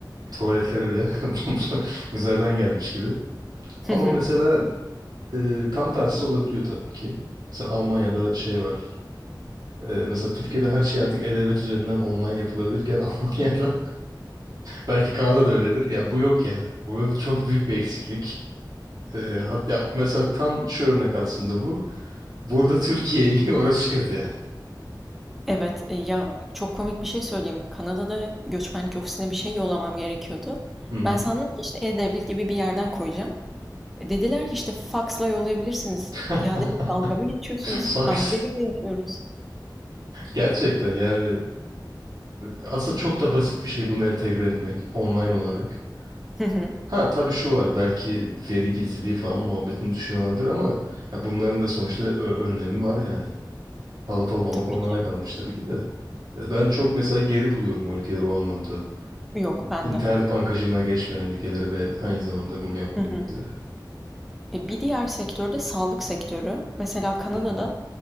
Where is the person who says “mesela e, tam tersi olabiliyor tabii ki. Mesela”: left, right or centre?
Right